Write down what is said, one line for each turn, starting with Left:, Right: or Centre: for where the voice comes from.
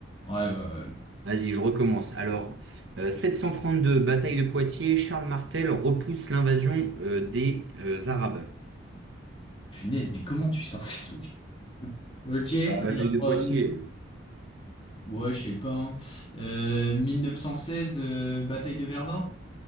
Left: Ouais, ouais, ouais.
Right: Vas-y, je recommence. Alors, euh, deux bataille de Poitiers, Charles Martel repousse l'invasion euh, des euh, Arabes.
Left: Punaise, mais comment tu sors ces trucs? Ok, alors,
Right: Bah, Bataille de Poitiers.
Left: euh, ouais, je sais pas. hein. Euh, 1916, euh, bataille de Verdun?